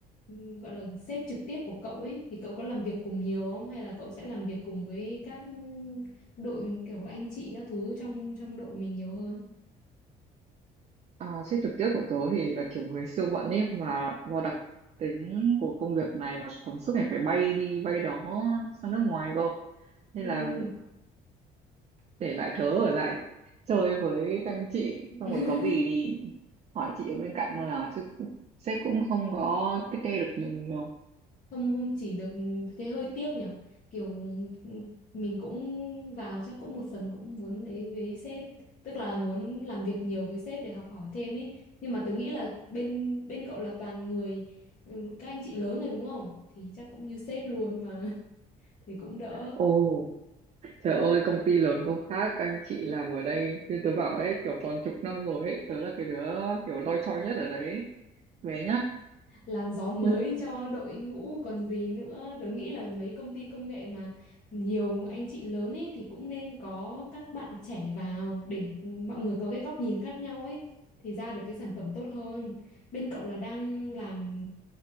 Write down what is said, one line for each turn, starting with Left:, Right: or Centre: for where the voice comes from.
Left: ừm, gọi là sếp trực tiếp của cậu ấy thì cậu có làm việc cùng nhiều không hay là cậu sẽ làm việc cùng với các đội kiểu anh chị các thứ trong trong đội mình nhiều hơn
Right: À, sếp trực tiếp của tớ thì là kiểu người siêu bận ấy mà do đặc tính của công việc này mà còn suốt ngày phải bay đi bay đó sang nước ngoài cơ nên
Left: ừ
Right: là để lại tớ ở lại chơi với các anh chị
Left: <laughs>
Right: xong rồi có gì thì hỏi chị ở bên cạnh thôi à chứ sếp cũng không có tiết kê được mình nhiều
Left: không không chỉ được thế hơi tiếc nhở kiểu ừ, mình cũng vào chắc cũng một phần cũng muốn ấy với sếp tức là muốn làm việc nhiều với sếp để học hỏi thêm ý nhưng mà tớ nghĩ là bên bên cậu là toàn người ừ, các anh chị lớn rồi đúng không thì chắc cũng như sếp luôn mà <laughs> thì cũng đỡ
Right: Ồ Trời ơi công ty lớn có khác anh chị làm ở đây như tớ bảo ấy kiểu toàn chục năm rồi ấy Tớ là cái đứa kiểu loi choi nhất ở đấy Bé nhất
Left: làn gió mới
Right: ừ,
Left: cho đội ngũ còn gì nữa tớ nghĩ là mấy công ty công nghệ mà nhiều anh chị lớn ấy thì cũng nên có các bạn trẻ vào để mọi người có cái góc nhìn khác nhau ấy thì ra được cái sản phẩm tốt hơn bên cậu là đang làm